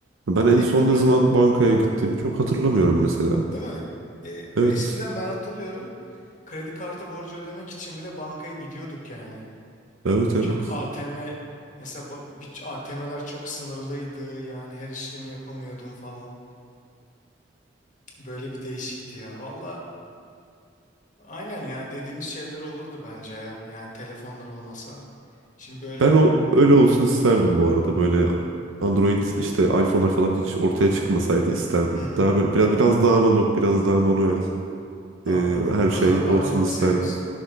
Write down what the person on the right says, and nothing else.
Ben
en
son ne zaman
bankaya
gittiğimi çok hatırlamıyorum mesela.
Evet,
evet, evet.
Ben o öyle olsun isterdim bu arada. Böyle Android işte iPhone'lar falan hiç ortaya çıkmasaydı isterdim.
Daha böyle, biraz biraz daha analog, biraz daha manuel
e, her
şey
olsun isterdim.